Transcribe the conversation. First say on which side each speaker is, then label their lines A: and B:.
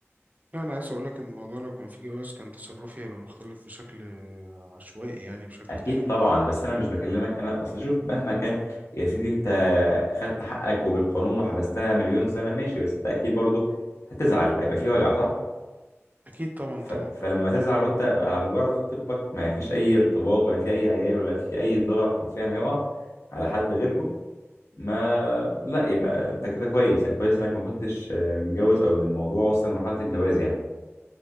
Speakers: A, on the right (about 35°); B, on the left (about 80°).
A: لا انا عايز اقول لك ان الموضوع لو كان فيه جواز كان تصرفي هيبقى مختلف بشكل عشوائي يعني بشكل
B: اكيد
A: تام
B: طبعا بس انا مش بكلمك انا اصل شوف مهما كان يا سيدي انت خدت حقك وبالقانون وحبستها مليون سنه ماشي بس انت اكيد برضو هتزعل هيبقى في وجع صح
A: اكيد طبعا
B: ف...
A: طبعا
B: فلما تزعل وانت على مجرد خطيبتك ما فيش اي ارتباط ولا في اي عيال ولا في اي ضرر حرفيا هيقع على حد غيركم ما لا يبقى انت كده كويس يعني كويس انك ما كنتش آه، متجوز او ان الموضوع وصل لمرحله الجواز يعني